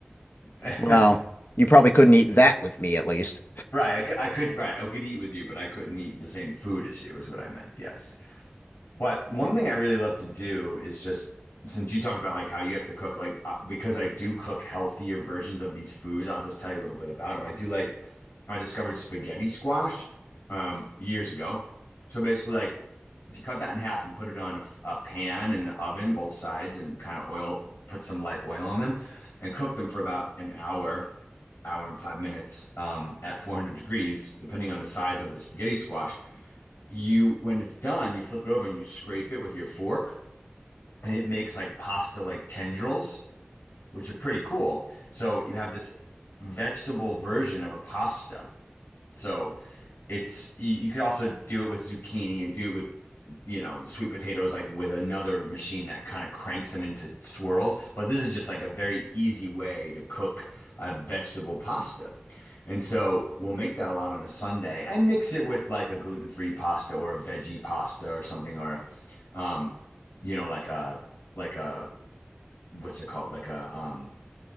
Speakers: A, on the left (about 80°); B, on the left (about 55°).
A: <laughs>
B: Well, you probably couldn't eat that with me at least.
A: Right, I, c- I could right, I could eat with you, but I couldn't eat the same food as you, is what I meant. Yes. But one
B: Y-
A: thing I really love to do is just since you talked about like how you have to cook, like uh, because I do cook healthier versions of these foods, I'll just tell you a little bit about them. I do like I discovered spaghetti squash um years ago. So basically like if you cut that in half and put it on a, f- a pan in the oven, both sides, and kind of oil, put some light oil on them and cook them for about an hour, hour and five minutes um, at 400 degrees, depending on the size of the spaghetti squash you when it's done, you flip it over and you scrape it with your fork, and it makes like pasta like tendrils, which are pretty cool. So you have this vegetable version of a pasta. So it's you, you could also do it with zucchini and do it with you know, sweet potatoes like with another machine that kind of cranks them into swirls. But this is just like a very easy way to cook a vegetable pasta. And so we'll make that a lot on a Sunday and mix it with like a gluten-free pasta or a veggie pasta or something or a, um, you know, like a like a what's it called? Like a um